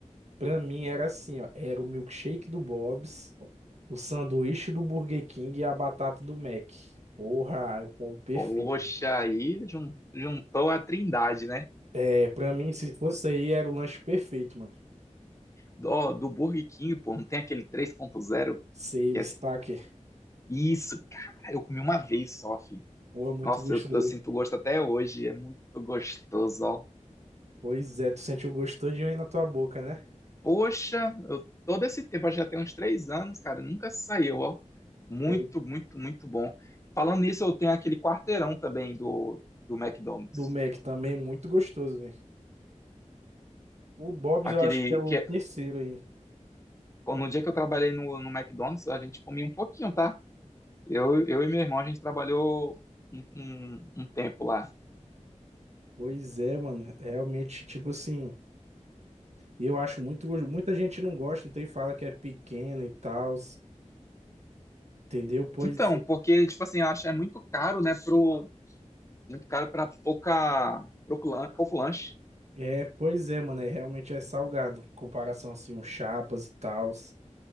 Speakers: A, on the right (about 65°); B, on the left (about 25°).
A: pra mim era assim, ó, era o milkshake do Bob's, o sanduíche do Burger King e a batata do Mac. Porra, eu como perfeito.
B: Poxa, aí jun- juntou a trindade, né?
A: É, pra mim, se fosse aí, era o lanche perfeito, mano.
B: Do, do Burger King, pô, não tem aquele três ponto zero
A: Sei,
B: que
A: o
B: é...
A: Stacker.
B: Isso, cara, eu comi uma vez só, filho.
A: Pô, é muito
B: Nossa,
A: gostoso,
B: eu, eu sinto
A: hein?
B: gosto até hoje, é muito gostoso, ó.
A: Pois é, tu sente o gosto todinho aí na tua boca, né?
B: Poxa, eu- todo esse tempo, acho que já tem uns três anos, cara, nunca saiu, ó. Muito,
A: Oi.
B: muito, muito bom. Falando nisso, eu tenho aquele quarteirão também do, do McDonald's.
A: Do Mac
B: É,
A: também, muito gostoso, velho. O Bob's
B: Aquele
A: eu acho que é o
B: que
A: terceiro
B: é-
A: aí.
B: no dia que eu trabalhei no, no McDonald's, a gente comia um pouquinho, tá? Eu, eu e meu irmão, a gente trabalhou um, um- um tempo lá.
A: Pois é, mano, realmente, tipo assim... E eu acho muito gostoso. Muita gente não gosta, tem fala que é pequeno e tal, entendeu? Pois
B: Então,
A: é.
B: porque, tipo assim, eu acho que é muito caro, né, pro, muito caro para pouca, pouco lan- pouco lanche.
A: É, pois é, mano, é, realmente é salgado, em comparação assim, um chapas e tal.